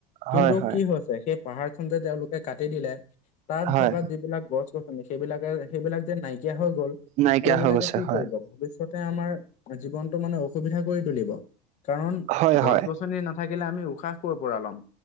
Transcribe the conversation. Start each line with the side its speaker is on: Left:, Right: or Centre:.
Left: কিন্তু
Right: হয় হয়
Left: কি হৈছে সেই পাহাৰ খন যে তেওঁলোকে কাটি দিলে, তাত
Right: হয়
Left: থকা যিবিলাক গছ-গছনি সেইবিলাকে সেইবিলাক যে নাইকিয়া হৈ গ'ল,
Right: নাইকিয়া
Left: সেইবিলাকে
Right: হৈ গৈছে
Left: কি
Right: হয়
Left: কৰিব ভৱিষ্যত? আমাৰ জীৱনটো মানে অসুবিধা কৰি তুলিব। কাৰণ
Right: হয়
Left: গছ-গছনি
Right: হয়
Left: নাথাকিলে আমি উশাহ ক'ৰ পৰা ল'ম